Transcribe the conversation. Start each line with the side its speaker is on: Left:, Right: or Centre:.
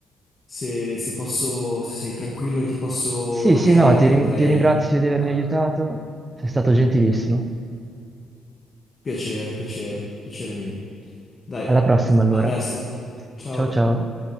Left: se, se posso, se sei tranquillo e ti posso
Right: Sì,
Left: lasciare,
Right: sì, no, ti, ri-
Left: andrei.
Right: ti ringrazio di avermi
Left: Ah,
Right: aiutato, sei stato gentilissimo.
Left: piacere, piacere, piacere mio. Dai,
Right: Alla prossima allora.
Left: a presto. Ciao.
Right: Ciao ciao.